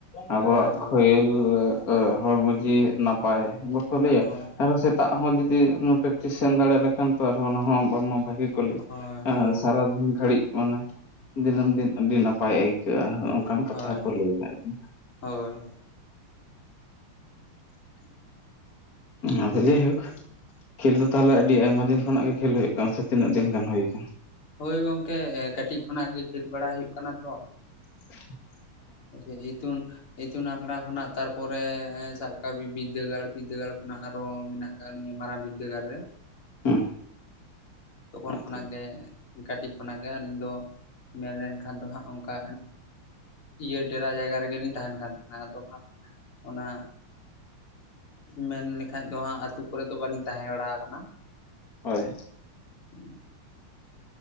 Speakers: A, on the left (about 45°); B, on the left (about 80°).
A: ᱟᱵᱚᱣᱟᱜ
B: ᱦᱳᱭ ᱦᱳᱭ
A: ᱠᱷᱚᱭ <unintelligible> ᱦᱚᱲᱢᱚ ᱡᱤᱣᱤ ᱱᱟᱯᱟᱭ ᱵᱟᱠᱚ ᱞᱟᱹᱭᱟ
B: ᱦᱳᱭ
A: ᱟᱨ ᱦᱚᱸ <inaudible> ᱫᱟᱜ ᱦᱚᱸ ᱡᱩᱫᱤ ᱯᱨᱮᱠᱴᱤᱥ <unintelligible> ᱥᱮᱱ ᱫᱟᱲᱮᱭᱟᱜ ᱞᱮᱠᱷᱟᱱ ᱛᱚ ᱟᱨ ᱦᱚᱸ ᱚᱱᱟ ᱦᱚᱸ ᱵᱟᱝ ᱵᱷᱟᱹᱜᱤ ᱠᱚ <unintelligible>
B: ᱦᱳᱭ ᱦᱳᱭ
A: ᱥᱟᱨᱟᱫᱤᱱ ᱜᱷᱟᱹᱲᱤᱡ ᱢᱟᱱᱮ, ᱫᱤᱱᱟᱹᱢ ᱫᱤᱱ ᱟᱹᱰᱤ ᱱᱟᱯᱟᱭ ᱟᱹᱭᱠᱟᱹᱜᱼᱟ ᱚᱱᱠᱟᱱ ᱠᱟᱛᱷᱟ
B: ᱦᱳᱭ
A: ᱠᱚ ᱞᱟᱹᱭ ᱠᱟᱜ ᱜᱮᱭᱟ᱾
B: ᱦᱳᱭ <inaudible>
A: <inaudible> ᱟᱫᱚ ᱡᱟᱭᱦᱳᱠ ᱠᱷᱮᱞ ᱫᱚ ᱛᱟᱦᱚᱞᱮ ᱟᱹᱰᱤ ᱟᱭᱢᱟ ᱫᱤᱱ ᱠᱷᱚᱱᱟᱜ ᱜᱮ ᱠᱷᱮᱞ ᱦᱩᱭᱩᱜ ᱠᱟᱱᱟ ᱥᱮ ᱛᱤᱱᱟᱹᱜ ᱫᱤᱱ
B: ᱚ
A: ᱜᱟᱱ ᱦᱩᱭ ᱟᱠᱟᱱᱟ
B: <inaudible> ᱦᱳᱭ ᱜᱚᱝᱠᱮ ᱠᱟᱹᱴᱤᱡ ᱠᱷᱚᱱᱟᱜ ᱜᱮ ᱠᱷᱮᱞ ᱵᱟᱲᱟ ᱦᱩᱭᱩᱜ ᱠᱟᱱᱟ ᱛᱚ
A: <inaudible>
B: ᱟᱪᱪᱷᱟ ᱡᱤᱛᱩᱱ ᱤᱛᱩᱱ ᱟᱠᱥᱲᱟ ᱠᱷᱚᱱᱟᱜ ᱛᱟᱨᱯᱚᱨᱮ ᱥᱟᱵ ᱠᱟᱜ ᱢᱮ ᱵᱤᱫᱽᱫᱟᱹᱜᱟᱲ ᱵᱤᱫᱽᱫᱟᱹᱜᱟᱲ ᱠᱷᱚᱱᱟᱜ ᱟᱨᱚ ᱢᱮᱱᱟᱜ ᱱᱤᱭᱟᱹ ᱢᱟᱨᱟᱝ ᱵᱤᱫᱽᱫᱟᱹᱜᱟᱲ ᱨᱮ
A: ᱦᱮᱸ
B: ᱛᱚᱠᱷᱚᱱ
A: ᱟᱪᱪᱷᱟ
B: ᱠᱷᱚᱱᱟᱜ ᱜᱮ ᱠᱟᱹᱴᱤᱡ ᱠᱷᱚᱱᱟᱜ ᱜᱮ ᱟᱹᱞᱤᱧ ᱫᱚ ᱢᱮᱱ ᱞᱮᱱᱠᱷᱟᱱ ᱫᱚ ᱦᱟᱸᱜ ᱚᱱᱠᱟ ᱤᱭᱟᱹ ᱰᱮᱨᱟ ᱡᱟᱭᱜᱟ ᱨᱮᱜᱮᱞᱤᱧ ᱛᱟᱦᱮᱱ ᱠᱟᱱ ᱛᱟᱦᱮᱱᱟ ᱟᱫᱚ ᱦᱟᱸᱜ ᱚᱱᱟ ᱢᱮᱱ ᱞᱮᱠᱷᱟᱡ ᱫᱚ ᱦᱟᱸᱜ ᱟᱛᱩ ᱠᱚᱨᱮᱫ ᱫᱚ ᱵᱟᱹᱞᱤᱧ ᱛᱟᱦᱮᱸ ᱵᱟᱲᱟ ᱠᱟᱱᱟ
A: ᱦᱳᱭ
B: ᱦᱮᱸ